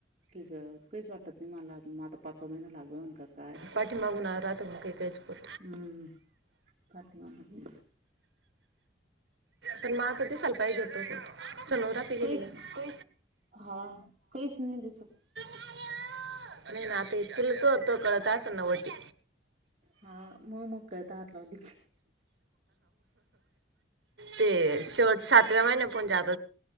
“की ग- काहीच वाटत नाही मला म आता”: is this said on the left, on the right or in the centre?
Right